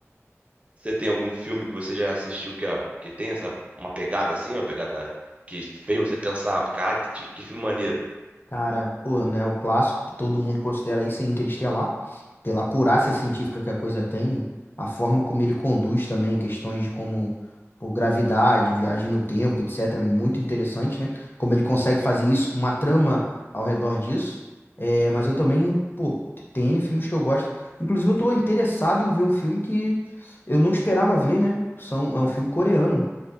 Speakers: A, on the right; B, on the left.
A: Você tem algum filme que você já assistiu que, é- que tem essa, uma pegada assim, uma pegada que fez você pensar, cara, que, ti- que filme maneiro.
B: Cara, pô, né, o clássico que todo mundo considera isso é Interestelar, pela acurácia científica que a coisa tem, a forma como ele conduz também questões de como, por gravidade, viagem no tempo, etc, é muito interessante, né? Como ele consegue fazer isso, uma trama ao redor disso. É, mas eu também, pô, tem N filmes que eu gosto. Inclusive, eu tô interessado em ver um filme que eu não esperava ver, né? São, é um filme coreano,